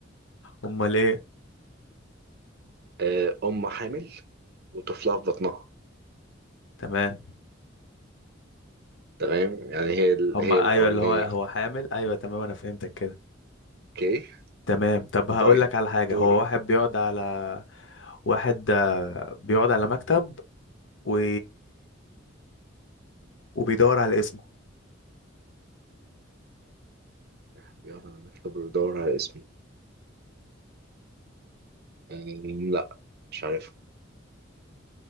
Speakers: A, on the left; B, on the right.
A: امال ايه
B: آه، أم حامل وطفلها في بطنها
A: تمام
B: تمام يعني هي ال...
A: هما
B: هي الأولانية
A: ايوه اللي هو هو حامل ايوه تمام انا فهمتك كده
B: أوكي
A: تمام طب هقول
B: طيب
A: لك على حاجه
B: دور
A: هو واحد بيقعد على واحد آه، بيقعد على مكتب و... وبيدور على اسمه
B: بيقعد على المكتب ويدور على اسمه آم، لا مش عارف